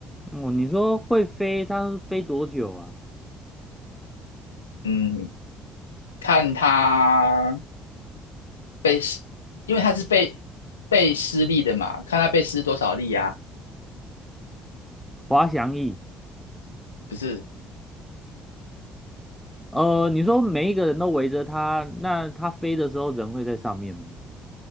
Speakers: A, in the centre; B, on the left.
A: 哦，你说会飞，它飞多久啊？
B: 嗯，看他被施，因为他是被被施力的嘛，看他被施多少力啊？
A: 滑翔翼。
B: 不是，
A: 呃，你说每一个人都围着他，那他飞的时候人会在上面吗？